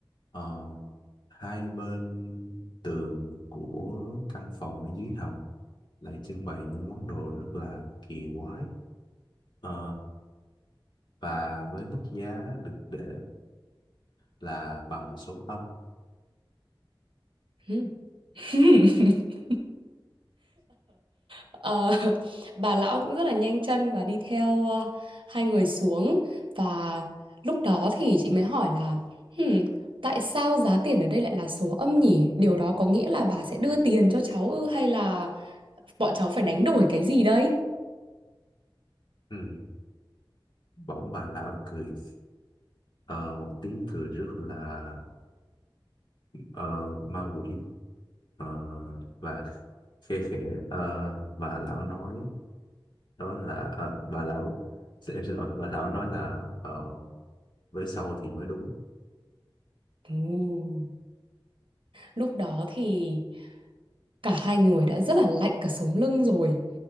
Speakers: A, on the left (about 60°); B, on the right (about 70°).
A: Ờ, hai bên tường của căn phòng ở dưới hầm lại trưng bày những món đồ rất là kỳ quái Ờ, và với mức giá được để là bằng số âm
B: Ừ. <laughs> Ờ, bà lão cũng rất là nhanh chân và đi theo ờ, hai người xuống và lúc đó thì chị mới hỏi là "Hmm, tại sao giá tiền ở đây lại là số âm nhỉ? Điều đó có nghĩa là bà sẽ đưa tiền cho cháu ư hay là bọn cháu phải đánh đổi cái gì đây?
A: ừ. bỗng bà lão cười ờ, một tiếng cười rất là ờ, ma quỷ ờ, và khe khẽ ờ, bà lão nói đó là ờ, bà lão xin- em xin lỗi bà lão nói là ờ, với sau thì mới đúng
B: Ồ, Lúc đó thì cả hai người đã rất là lạnh cả sống lưng rồi